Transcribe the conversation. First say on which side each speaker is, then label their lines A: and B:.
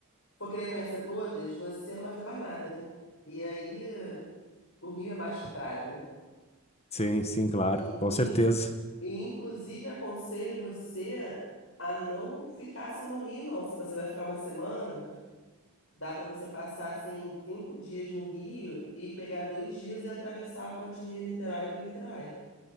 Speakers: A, on the left; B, on the left.
A: for querer conhecer todas, você não vai fazer mais nada, né? E aí o Rio é mais que praia, né?
B: Sim, sim, claro,
A: E,
B: com
A: e,
B: certeza.
A: e, inclusive aconselho você a não ficar só no Rio, não. Se você vai ficar uma semana, dá para você passar assim cinco dias no Rio e pegar dois dias e atravessar a ponte Rio-Niterói para Niterói.